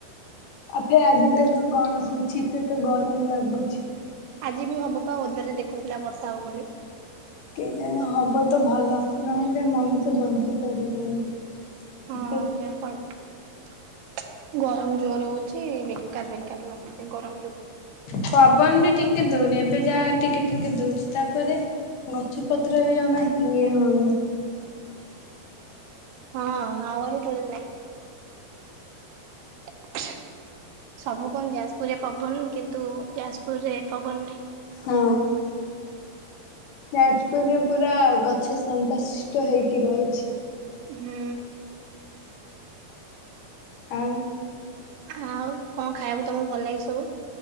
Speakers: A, on the left (about 75°); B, on the right (about 80°).
A: ଆଉ ଫେ ଆଜି ଦେଖ କଣ ହୋଉଛି ଏତେ ତ ଗରମ ଲାଗୁଛି।
B: ଆଜି ବି ହବ ପା <unintelligible> ଦେଖୋଉଥିଲା ବର୍ଷା ହବ ବୋଲି।
A: କେଜଣେ ହବ ତ ଭଲ ନହେଲେ ମଣିଷ ବଞ୍ଚି ପାରିବନି।
B: ହଁ
A: ଏତେ
B: ଯାହା କହିଲ ଗରମ ଜୋରେ ହୋଉଛି ବେ କାର୍ ବେକାର୍ ଲାଗୁଛି ଗରମ ଯୋଗୁ।
A: ପବନ ଟିକେ ଦୋଉନି ଏବେ ଯାହା ଟିକେ ଟିକେ ଦୋଉଛି ତାପରେ ଗଛ ପତ୍ର ବି <unintelligible> ଇଏ ହୋଉନି।
B: ହଁ <unintelligible> <inaudible> ସବୁ କୁହନ୍ତି ଯାସପୁରିଆ ପବନ କିନ୍ତୁ ଯାସପୁରରେ ପବନ ନାଇଁ।
A: ହଁ। ଯାଜପୁରରେ ପୁରା ଗଛ ଶାନ୍ତ ଶିଷ୍ଟ ହେଇକି <unintelligible>
B: ହୁଁ।
A: ଆଉ।
B: ଆଉ କଁ ଖାଇବାକୁ ତମୁକୁ ଭଲ ଲାଗେ ସବୁ।